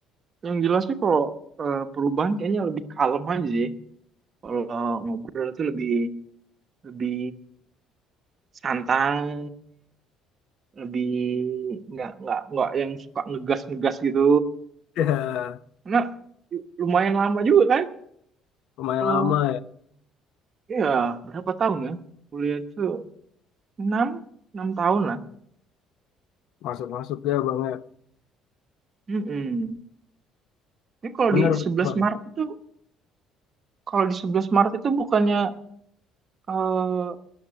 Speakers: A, on the right; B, on the left.
A: yang jelas sih kalau eh, perubahan kayaknya lebih kalem aja sih. Kalau ngobrol itu lebih lebih santai lebih nggak nggak nggak yang suka ngegas ngegas gitu
B: Ya,
A: karena lumayan lama juga kan
B: lumayan
A: eh
B: lama
A: ya berapa tahun ya kuliah itu enam enam tahun lah
B: Masuk-masuk ya Bang ya.
A: Mm-mm. Ini kalau
B: Benar
A: di
B: benar,
A: sebelas
B: Bang.
A: Maret itu kalau di sebelas Maret itu bukannya eh,